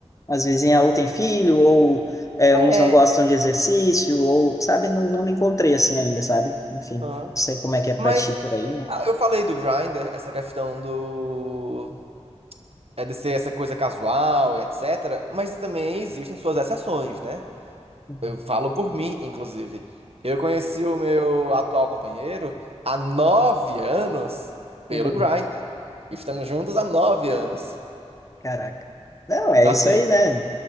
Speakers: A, on the left (about 30°); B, on the right (about 60°).
A: As vizinhas ou tem filho, ou eh,
B: É.
A: uns não gostam de exercício, ou, sabe? Não, não me encontrei assim ainda, sabe? Enfim,
B: aham.
A: não sei como é que é pra
B: Mas
A: ti por aí, né?
B: ah, eu falei do Grindr, essa questão do. É de ser essa coisa casual e etc. Mas também existem suas exceções, né?
A: Uhum.
B: Eu falo por mim, inclusive. Eu conheci o meu atual companheiro há nove anos pelo
A: Uhum.
B: Grindr. Estamos juntos há nove anos.
A: Caraca. Não, é
B: Então,
A: isso
B: assim,
A: aí, né?